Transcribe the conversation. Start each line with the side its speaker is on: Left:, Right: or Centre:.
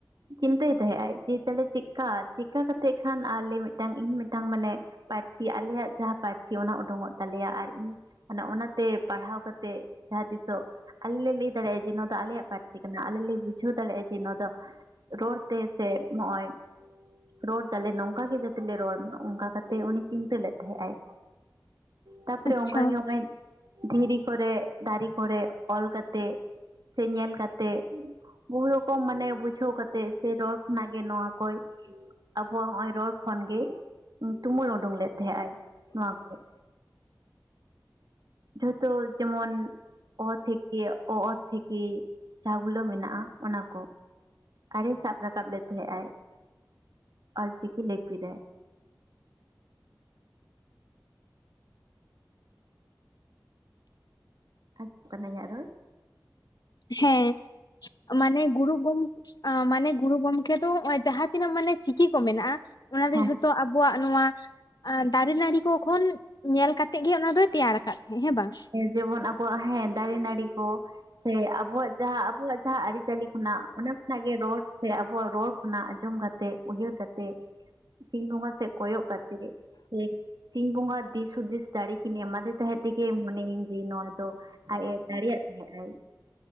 Right: ᱪᱤᱱᱛᱟᱹᱭ ᱛᱟᱦᱮᱸᱫ ᱟᱭ ᱡᱮ ᱛᱟᱦᱚᱞᱮ ᱪᱮᱫᱠᱟ ᱪᱮᱫᱠᱟ ᱠᱟᱛᱮᱜ ᱠᱷᱟᱱ ᱟᱞᱮ ᱢᱤᱫᱴᱟᱝ ᱤᱧ ᱢᱤᱫᱴᱟᱝ ᱢᱟᱱᱮ ᱯᱟᱹᱨᱥᱤ ᱟᱞᱮᱭᱟᱜ ᱡᱟᱦᱟᱸ ᱯᱟᱹᱨᱥᱤ ᱥᱮ ᱚᱱᱟ ᱩᱰᱩᱠᱚᱜ ᱛᱟᱞᱮᱭᱟ ᱟᱨ ᱤᱧ ᱚᱱᱟ ᱚᱱᱟᱛᱮ ᱯᱟᱲᱦᱟᱣ ᱠᱟᱛᱮᱫ ᱡᱟᱦᱟᱸ ᱛᱤᱥᱚᱜ ᱟᱞᱮ ᱞᱮ ᱞᱟᱹᱭ ᱫᱟᱲᱮᱭᱟᱜᱼᱟ ᱡᱮ ᱱᱚᱣᱟ ᱫᱚ ᱟᱞᱮᱭᱟᱜ ᱯᱟᱹᱨᱥᱤ ᱠᱟᱱᱟ᱾ ᱟᱞᱮ ᱞᱮ ᱵᱩᱡᱷᱟᱹᱣ ᱫᱟᱲᱮᱭᱟᱜᱼᱟ ᱡᱮ ᱱᱚᱣᱟ ᱫᱚ ᱨᱚᱲ ᱛᱮ ᱥᱮ ᱱᱚᱜᱼᱚᱭ ᱨᱚᱲ ᱫᱟᱞᱮ ᱱᱚᱝᱠᱟ ᱜᱮ ᱡᱟᱛᱮ ᱞᱮ ᱨᱚᱲ ᱢᱟ ᱚᱱᱠᱟ ᱠᱟᱛᱮᱜ ᱩᱱᱤ ᱪᱤᱱᱛᱟᱹ ᱞᱮᱫ ᱛᱟᱦᱮᱸᱜ ᱟᱭ᱾ ᱛᱟᱯᱚᱨᱮ
Left: ᱟᱪᱪᱷᱟ
Right: ᱚᱱᱠᱟ ᱜᱮ ᱱᱚᱜᱼᱚᱭ ᱫᱷᱤᱨᱤ ᱠᱚᱨᱮ ᱫᱟᱨᱮ ᱠᱚᱨᱮ ᱚᱞ ᱠᱟᱛᱮᱜ ᱥᱮ ᱧᱮᱞ ᱠᱟᱛᱮᱜ ᱵᱚᱦᱩ ᱨᱚᱠᱚᱢ ᱢᱟᱱᱮ ᱵᱩᱡᱷᱟᱹᱣ ᱠᱟᱛᱮᱜ ᱥᱮ ᱨᱚᱲ ᱠᱷᱚᱱᱟᱜ ᱜᱮ ᱱᱚᱣᱟ ᱠᱚᱭ ᱟᱵᱚᱣᱟᱜ ᱱᱚᱜᱼᱚᱭ ᱨᱚᱲ ᱠᱷᱚᱱᱜᱮ ᱛᱩᱢᱟᱹᱞ ᱩᱰᱩᱠ ᱞᱮᱫ ᱛᱟᱦᱮᱸᱜ ᱟᱭ ᱱᱚᱣᱟ ᱠᱚ᱾ ᱡᱷᱚᱛᱚ ᱡᱮᱢᱚᱱ ᱚ ᱛᱷᱮᱠᱮ ᱚ, ᱛ ᱛᱷᱮᱠᱮ ᱡᱟᱦᱟ ᱜᱩᱞᱳ ᱢᱮᱱᱟᱜᱼᱟ ᱚᱱᱟ ᱠᱚ᱾ ᱟᱨᱮ ᱥᱟᱵ ᱨᱟᱠᱟᱵ ᱞᱮᱫ ᱛᱟᱦᱮᱸᱜ ᱟᱭ ᱚᱞ ᱪᱤᱠᱤ ᱞᱤᱯᱤ ᱨᱮ᱾ <unintelligible> ᱠᱟᱱᱟᱭᱟᱜ ᱨᱚᱲ
Left: ᱦᱮᱸ ᱢᱟᱱᱮ ᱜᱩᱨᱩ ᱜᱚᱢ ᱢᱟᱱᱮ ᱜᱩᱨᱩ ᱜᱚᱢᱠᱮ ᱫᱚ ᱱᱚᱜᱚᱭ ᱡᱟᱦᱟᱸ ᱛᱤᱱᱟᱹᱜ ᱢᱟᱱᱮ ᱪᱤᱠᱤ ᱠᱚ ᱢᱮᱱᱟᱜᱼᱟ ᱚᱱᱟᱫᱚ
Right: ᱦᱮᱸ
Left: ᱡᱷᱚᱛᱚ ᱛᱚ ᱟᱵᱚᱣᱟᱜ ᱱᱚᱶᱟ ᱫᱟᱨᱮ ᱱᱟᱹᱲᱤ ᱠᱚ ᱠᱷᱚᱱ ᱧᱮᱞ ᱠᱟᱛᱮᱜ ᱜᱮ ᱚᱱᱟ ᱫᱚᱭ ᱛᱮᱭᱟᱨ ᱟᱠᱟᱫ ᱛᱟᱦᱮᱸᱜ ᱦᱮᱸ ᱵᱟᱝ?
Right: ᱡᱮᱢᱚᱱ ᱟᱵᱚᱣᱟᱜ ᱦᱮᱸ ᱫᱟᱨᱮ ᱱᱟᱹᱲᱤ ᱠᱚ ᱥᱮ ᱟᱵᱚᱣᱟᱜ ᱡᱟᱦᱟᱸ ᱟᱵᱚᱣᱟᱜ ᱡᱟᱦᱟᱸ ᱟᱹᱨᱤ ᱪᱟᱹᱞᱤ ᱠᱷᱚᱱᱟᱜ ᱚᱱᱟ ᱚᱱᱟᱜᱮ ᱨᱚᱲ ᱥᱮ ᱟᱵᱚᱣᱟᱜ ᱨᱚᱲ ᱠᱷᱚᱱᱟᱜ ᱟᱸᱡᱚᱢ ᱠᱟᱛᱮᱜ ᱩᱭᱦᱟᱹᱨ ᱠᱟᱛᱮᱜ ᱥᱤᱧ ᱵᱚᱸᱜᱟ ᱥᱮ ᱠᱚᱭᱚᱜ ᱠᱟᱛᱮᱜ ᱥᱮ ᱥᱤᱧ ᱵᱚᱸᱜᱟ ᱫᱤᱥ ᱦᱩᱫᱤᱥ ᱫᱟᱲᱮ ᱠᱤᱱ ᱮᱢᱟᱫᱮ ᱛᱟᱦᱮᱸᱫ ᱢᱚᱱᱮᱭᱤᱧ ᱡᱮ ᱱᱚᱣᱟ ᱫᱚ ᱟᱡ ᱮ ᱫᱟᱲᱮᱭᱟᱜ ᱛᱟᱦᱮᱸᱫ ᱟᱭ᱾